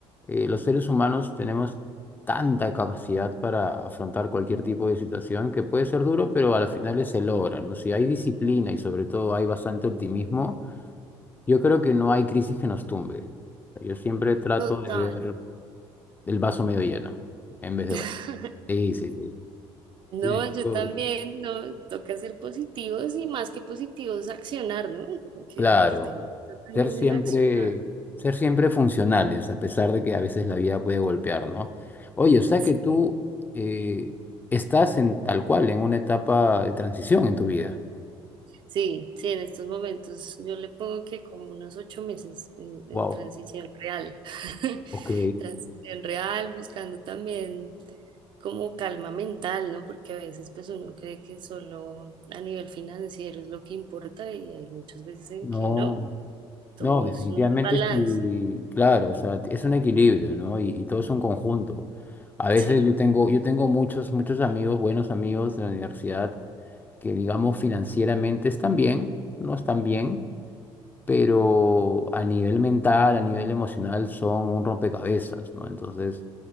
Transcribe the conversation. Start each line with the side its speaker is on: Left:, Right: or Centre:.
Left: eh, los seres humanos tenemos tanta capacidad para afrontar cualquier tipo de situación que puede ser duro, pero a las finales se logra, ¿no? Si hay disciplina y sobre todo hay bastante optimismo, yo creo que no hay crisis que nos tumbe. Yo siempre trato
Right: Total.
Left: de ver el vaso medio lleno en vez de
Right: <laughs>
Left: vacío. Sí, sí, sí.
Right: No,
Left: Y de hecho,
Right: yo también, no, toca ser positivos y más que positivos, accionar, ¿no? Como que
Left: claro.
Right: el tema está también
Left: Ser siempre,
Right: en accionar.
Left: ser siempre funcionales, a pesar de que a veces la vida puede golpear, ¿no? Oye, o
Right: Sí,
Left: sea que tú eh, estás en tal cual, en una etapa de transición en tu vida.
Right: sí, sí, en estos momentos yo le pongo que como unos ocho meses en, en
Left: Wow,
Right: transición real. <laughs>
Left: ok.
Right: Transición real, buscando también como calma mental, ¿no? Porque a veces pues uno cree que solo a nivel financiero es lo que importa y hay muchas veces en
Left: No,
Right: que no, todo
Left: no, definitivamente
Right: es un balance,
Left: sí, claro, o sea, es un equilibrio, ¿no? Y, y todo es un conjunto. A veces
Right: sí,
Left: yo tengo, yo tengo
Right: sí.
Left: muchos, muchos amigos, buenos amigos de la universidad, que digamos financieramente están bien, no están bien, pero a nivel mental, a nivel emocional, son un rompecabezas, ¿no? Entonces